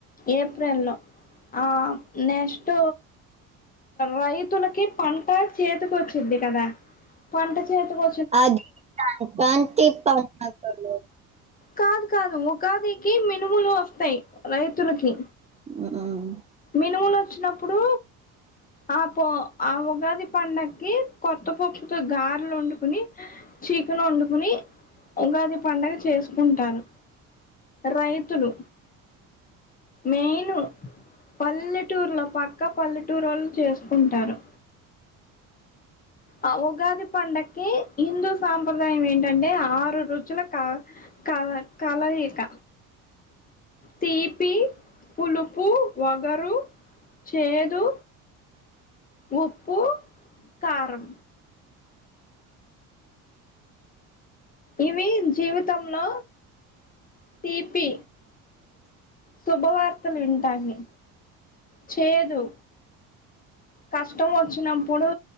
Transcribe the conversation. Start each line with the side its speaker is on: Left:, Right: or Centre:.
Left: ఏప్రల్ లో ఆ నెక్స్ట్ రైతులకి పంట చేతికి వచ్చిద్ది కదా పంట చేతికొ
Right: అది సంక్రాంతి పండగ కదా
Left: కాదు కాదు ఉగాదికి మినుములు వస్తాయి రైతులకి
Right: హ్మ్
Left: మినుములు వచ్చినప్పుడు ఆ పో ఆ ఉగాది పండగకి కొత్త పప్పుతో గారెలు వండుకుని చికెన్‌ వండుకుని ఉగాది పండుగ చేసుకుంటారు రైతులు మెయిను పల్లెటూరులో పక్కా పల్లెటూరోళ్ళు చేసుకుంటారు ఆ ఉగాది పండక్కి హిందూ సాంప్రదాయం ఏంటంటే ఆరు రుచుల క కల కలయిక తీపి పులుపు వగరు చేదు ఉప్పు కారం ఇవి జీవితంలో తీపి శుభవార్తలు వింటాని చేదు కష్టం వచ్చినప్పుడు